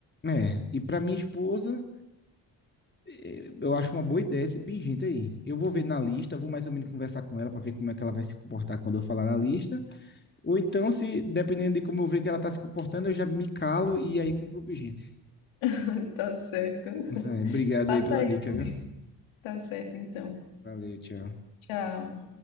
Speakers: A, on the left; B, on the left.
A: é, e para minha esposa, eh, eu acho uma boa ideia esse pingente aí. Eu vou ver na lista, vou mais ou menos conversar com ela para ver como é que ela vai se comportar quando eu falar na lista. Ou então, se dependendo de como eu ver que ela tá se comportando, eu já me calo e aí compro pro gente.
B: <laughs> Tá certo.
A: Vai, obrigado
B: Faça
A: aí pela
B: isso
A: dica,
B: mesmo.
A: viu?
B: Tá certo, então.
A: Valeu, tchau.
B: Tchau.